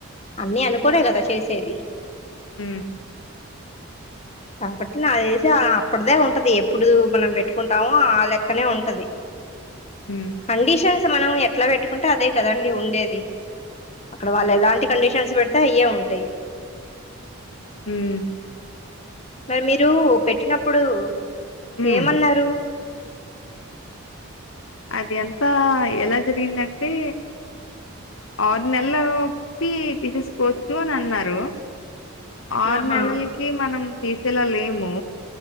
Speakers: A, on the left; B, on the left.
A: అన్నీ అనుకునే కదా చేసేది
B: మ్
A: కాబట్టి నాదెలిసి అప్పడదే ఉంటది ఎప్పుడు మనం పెట్టుకుంటామో ఆ లెక్కనే ఉంట అది
B: ఉమ్
A: కండీషన్ మనం ఎట్లా పెట్టుకుంటే అదే కదండి ఉండేది అక్కడ వాళ్ళు ఎలాంటి కండిషన్స్ పెడితే అయ్యే ఉంటాయి
B: మ్
A: మరి మీరు పెట్టినప్పుడు ఇప్పుడు
B: ఉమ్
A: ఏమన్నారు
B: అది అంతా ఎలా జరిగిందంటే ఆరు నెలలకి తీసేసుకోవచ్చు అని అన్నారు ఆరు
A: ఆహా
B: నెలలకి మనం తీసేలా లేము